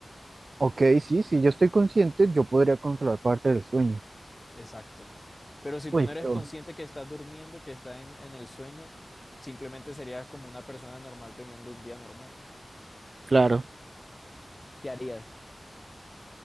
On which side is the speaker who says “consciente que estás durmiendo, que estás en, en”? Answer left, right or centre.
Left